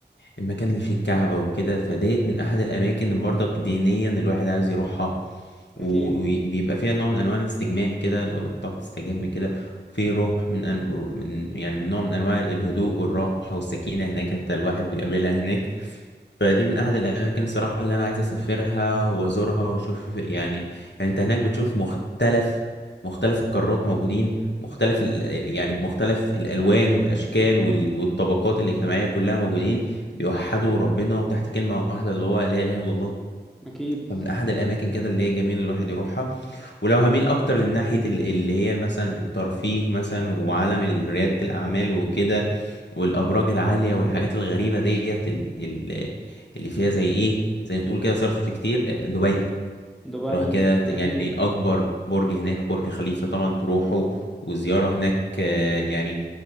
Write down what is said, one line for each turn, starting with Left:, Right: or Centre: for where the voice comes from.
Left: المكان اللي فيه الكعبة وكده فديت من أحد الأماكن اللي برضك دينيا الواحد عاوز يروحها
Centre: اكيد
Left: وبيبقى فيها نوع من أنواع الاستجمام كده لو أنت بتقعد تستجم كده في روح من, أن... من يعني من نوع من أنواع الهدوء والراحة والسكينة هناك أنت الواحد بيقابلها هناك فدي من احد الاماكن صراحه اللي انا عايز اسافرها وازورها واشوف يعني يعني انت هناك بتشوف مختلف مختلف القارات موجودين مختلف ال... يعني مختلف الالوان والاشكال وال... والطبقات الاجتماعيه كلها موجودين بيوحدوا ربنا وتحت كلمه واحده اللي هو لا اله الا الله
Centre: اكيد
Left: فمن احد الاماكن كده اللي هي جميل الواحد يروحها ولو هميل اكتر لناحيه ال- اللي هي مثلا الترفيه مثلا وعالم ال- رياده الاعمال وكده والابراج العاليه والحاجات الغريبه ديت ال- ال- اللي فيها زي ايه زي ما تقول كده صرف كتير آه، دبي
Centre: دبي
Left: تروح كده ت- يعني
Centre: اكيد
Left: اكبر برج هناك برج خليفه طبعا تروحه وزياره هناك آه، يعني